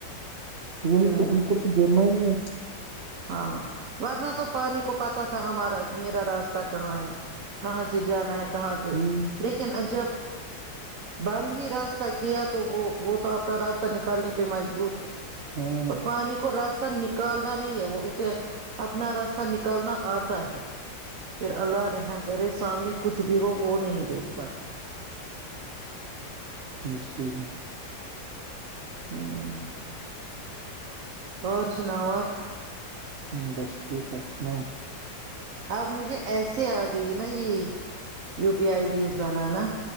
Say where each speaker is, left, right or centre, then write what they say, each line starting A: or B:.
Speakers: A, on the right; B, on the right.
A: وہی
B: ہوں
A: تو ان
B: ہ
A: کو تو گر گرنا ہی ہے
B: ہاں ہاں ورنہ تو پانی کو پتا تھا ہمارا میرا راستہ کہاں ہے کہاں سے جانا ہے کہاں سے
A: ہوں،
B: لیکن جب بند ہی راستہ کیا تو وہ وہ تو اپنا راستہ نکالنے پہ مجبور ہے
A: ہاں
B: اور پانی کو راستہ نکالنا نہیں ہے اسے اپنا راستہ نکالنا آتا ہے پھر اللہ رحم کرے سامنے کچھ بھی ہو وہ نہیں دیکھ پاتے
A: صحی
B: <inaudible> اور سناوک
A: ہوں بس ٹھیک آپ سناو
B: اب مجھے ایسے آ گئی نا یہ U P I I days بنانا